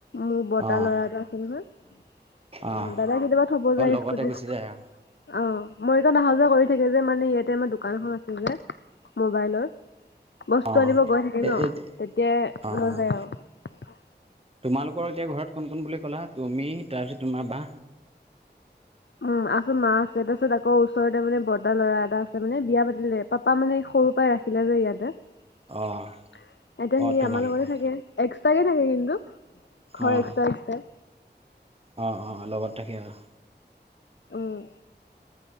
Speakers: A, on the left (about 85°); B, on the right (about 30°).
A: মোৰ
B: অঁ
A: বৰ্তাৰ ল'ৰা এটা আছে নহয়। অ
B: অঁ অঁ
A: দাদা কেতিয়াবা থব যায়
B: অঁ লগতে
A: স্কুটিত,
B: গুচি যায় আৰু
A: অঁ মই টোন আহা যোৱা কৰি থাকে যে মানে ইয়াতে আমাৰ দোকান এখন আছে যে মোবাইলৰ। বস্তু
B: অঁ
A: আনিব গৈ থাকে ন
B: এই
A: তেতিয়াই
B: অঁ
A: লৈ
B: অঁ
A: যায় আও।
B: তোমালোকৰ এতিয়া ঘৰত কোন কোন বুলি ক'লা? তুমি তাৰপিছত তোমাৰ বা
A: উম আছে মা আছে তাৰপিছত আকৌ ওচৰতে মানে বৰ্তা ল'ৰা এটা আছে মানে বিয়া পাতিলে পাপা মানে সৰুৰ পৰাই ৰাখিলে যে ইয়াতে। এতিয়া
B: অঁ অঁ
A: সি
B: তোমালোকৰ
A: আমাৰ লগতে থাকে, এক্সট্ৰাকে থাকে কিন্তু। ঘৰ
B: অঁ
A: এক্সটা এক্সটাই।
B: অঁ অঁ লগত থাকে অহ।
A: উম।